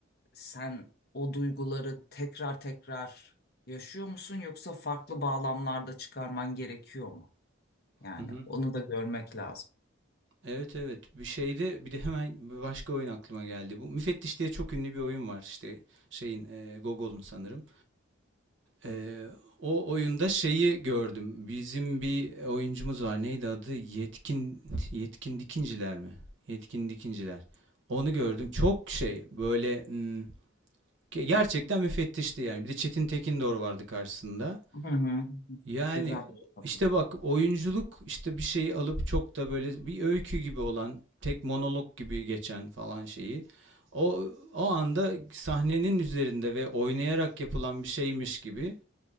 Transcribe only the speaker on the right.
Hı hı.
Evet evet. Bir şeyde bir de hemen bir başka oyun aklıma geldi. Bu Müfettiş diye çok ünlü bir oyun var işte şeyin e, Gogol'un sanırım. E, o oyunda şeyi gördüm. Bizim bir oyuncumuz var. Neydi adı? Yetkin Yetkin Dikinciler mi? Yetkin Dikinciler. Onu gördüm. Çok şey böyle hmm, Gerçekten müfettişti yani. Bir de Çetin Tekindor vardı karşısında.
Yani
işte bak oyunculuk işte bir şeyi alıp çok da böyle bir öykü gibi olan, tek monolog gibi geçen falan şeyi o o anda sahnenin üzerinde ve oynayarak yapılan bir şeymiş gibi